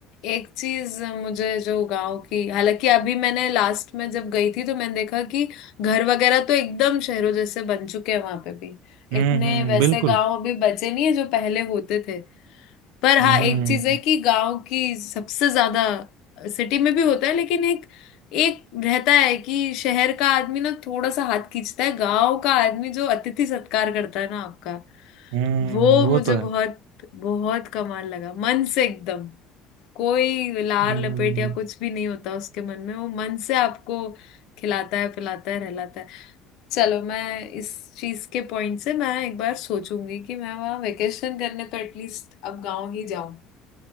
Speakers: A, on the left (about 65°); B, on the right (about 80°).
A: एक चीज मुझे जो गांव की हालांकि अभी मैंने लास्ट में जब गई थी तो मैंने देखा कि घर वगैरह तो एकदम शहरों जैसे बन चुके हैं वहां पे भी
B: हम्म
A: इतने
B: हम्म
A: वैसे
B: बिल्कुल
A: गांव अभी बचे नहीं है जो पहले होते थे पर हाँ
B: हम्म
A: एक चीज है कि गांव की सबसे ज्यादा सिटी में भी होता है लेकिन एक एक रहता है कि शहर का आदमी ना थोड़ा सा हाथ खींचता है गांव का आदमी जो अतिथि सत्कार करता है ना आपका
B: हम्म
A: वो
B: वो
A: मुझे
B: तो
A: बहुत
B: है
A: बहुत कमाल लगा मन से एकदम कोई लार
B: हम्म
A: लपेट या कुछ भी नहीं होता उसके मन में वो मन से आपको खिलाता है पिलाता है रहलाता है चलो मैं इस चीज के पॉइंट से मैं एक बार सोचूंगी कि मैं वहां वेकेशन करने तो एटलीस्ट अब गांव ही जाऊं